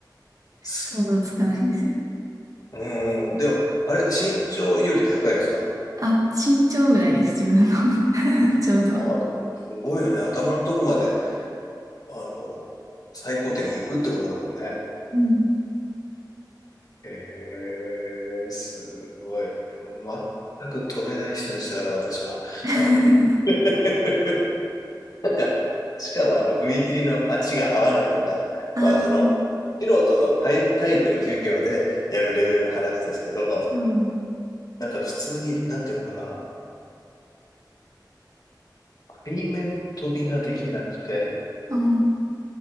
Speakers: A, on the left; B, on the right.
A: すごい。
B: 想像つかないですよ。
A: うん。でも、あれ、身長より高いですか
B: あ、身長ぐらいです、自分の <laughs> ちょうど。
A: ああでも、すごいよね。頭のとこまで、あの、最高点がいくってことだもんね。
B: うん。
A: へえ、すごい。全く飛べない人でしたから、私は。
B: <laughs>
A: <laughs> なんか、しかもあの、踏切の足が合わないとか、
B: あ
A: まあその、
B: あ、
A: 素人の体、体育の授業でやるレベルの話ですけど、
B: うん。
A: なんか普通に、なんていうのかな、背面飛びができなくて、
B: あ